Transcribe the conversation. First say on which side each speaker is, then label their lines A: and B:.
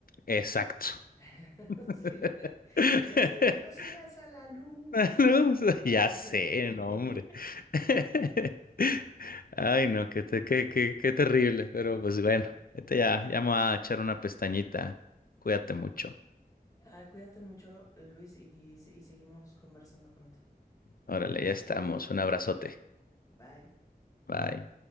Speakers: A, on the left; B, on the left.
A: Exacto.
B: <laughs>
A: <laughs>
B: Sí, le, le hace de no sigas a la luz.
A: Una luz. Ya
B: Así.
A: sé,
B: <laughs>
A: no, hombre. <laughs> Ay, no, qué, te- qué, qué, qué terrible, pero pues bueno, este ya, ya me voy a echar una pestañita. Cuídate mucho.
B: Ah, cuídate mucho, Luis, y, se- y seguimos conversando pronto.
A: Órale, ya estamos. Un abrazote.
B: Bye.
A: Bye.